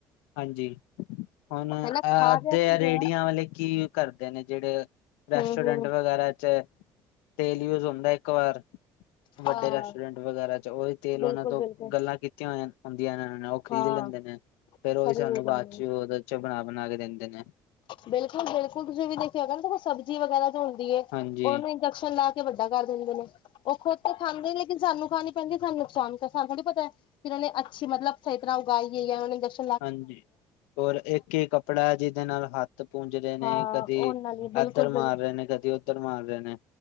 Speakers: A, on the left; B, on the left.
A: ਹਾਂਜੀ ਹੁਣ ਅ
B: ਹਨਾ ਖਾ
A: ਅੱਧੇ
B: ਤੇ ਅਸੀਂ
A: ਰੇਹੜੀਆਂ
B: ਰਹੇ
A: ਵਾਲੇ ਕੀ ਕਰਦੇ ਨੇ ਜਿਹੜੇ
B: ਹਾਂ
A: ਰੈਸਟੋਰੈਂਟ
B: ਹੂੰ ਹੂੰ,
A: ਵਗੈਰਾ 'ਚ ਤੇਲ ਯੂਜ ਹੁੰਦਾ ਇੱਕ ਵਾਰ ਵੱਡੇ
B: ਹਾਂ
A: ਰੈਸਟੋਰੈਂਟ ਵਗੈਰਾ ਚ ਉਹਹੀ ਤੇਲ
B: ਬਿਲਕੁਲ
A: ਉਹਨਾਂ ਤੋਂ
B: ਬਿਲਕੁਲ
A: ਗੱਲਾਂ ਕੀਤੀਆਂ ਹੁੰਦੀਆਂ ਉਹਨਾਂ ਤੋਂ ਖਰੀਦ
B: ਹਾਂ
A: ਲੈਂਦੇ ਨੇ ਫਿਰ ਉਹੀ
B: ਸਹੀ
A: ਸਾਨੂੰ ਬਾਦ
B: ਗੱਲ
A: ਚ
B: ਹੈ।
A: ਉਹਦੇ 'ਚ ਬਣਾ -ਬਣਾ ਕੇ ਦਿੰਦੇ ਨੇ।
B: ਬਿਲਕੁਲ -ਬਿਲਕੁਲ ਤੁਸੀਂ ਵੀ ਦੇਖਿਆ ਹੈਗਾ ਸਬਜ਼ੀ ਵਗੈਰਾ ਜੋ ਹੁੰਦੀ ਹੈ
A: ਹਾਂਜੀ
B: ਉਹਨੂੰ ਇੰਨਜੈਕਸ਼ਨ ਲਾ ਕੇ ਵੱਡਾ ਕਰ ਦਿੰਦੇ ਨੇ। ਉਹ ਖੁਦ ਤੇ ਖਾਂਦੇ ਨੀ, ਲੇਕਿਨ ਸਾਨੂੰ ਖਾਣੀ ਪੈਂਦੀ ਆ ਸਾਨੂੰ ਨੁਕਸਾਨ ਕਰਦੀ ਤਾਂ ਸਾਨੂੰ ਥੋੜੀ ਪਤਾ ਫਿਰ ਉਹਨੇ ਅੱਛੀ ਮਤਲਬ ਸਹੀ ਤਰ੍ਹਾਂ ਉਈਏ ਜਾ ਉਹਨਾਂ ਨੇ ਦੱਸ
A: ਹਾਂਜੀ, ਹੋਰ ਇੱਕ ਹੀ ਕੱਪੜਾ ਜੀ ਜਿਹਦੇ ਨਾਲ ਹੱਥ ਪੂੰਜਦੇ ਨੇ
B: ਹਾਂ
A: ਕਦੀ
B: ਉਹ ਨਾਲ ਹੀ ਬਿਲਕੁਲ
A: ਇੱਧਰ ਮਾਰ ਰਹੇ ਨੇ ਕਦੀ ਉੱਧਰ ਮਾਰ ਰਹੇ ਨੇ